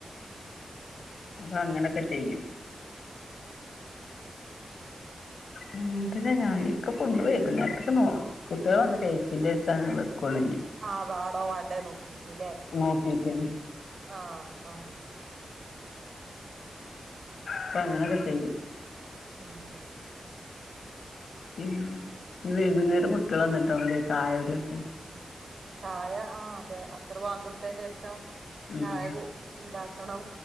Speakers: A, on the left (about 90°); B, on the right (about 55°).
A: അപ്പൊ അങ്ങനൊക്കെ ചെയ്യും. അങ്ങനെത്തെന്നെ ഞാന് ഇക്ക് ഫുഡ് വൈകുന്നേരത്തെക്ക് നോ കുട്ടികള് വന്ന് കഴിച്ചേൻ്റെ ശേഷാ വെക്കോളു ഇനി
B: ആഹ് വാണോ വേണ്ടേയോ നോക്ക് ക്കിട്ട് ലേ
A: നോക്കിയിട്ട്
B: ആഹ് ആഹ്
A: അപ്പൊ അങ്ങനെയൊക്കെ ചെയ്യും.
B: ഉം
A: പിന്നെ ഇനി വൈകുന്നേരം കുട്ടികള് വന്നിട്ടാവും ല്ലേ ചായ കുടിയൊക്കെ?
B: ചായ ആ അതെ അസറ് ബാങ്ക് കൊടുത്തേന്റെഷം
A: ഉം
B: ചായ കു ഇണ്ടാ ക്കണം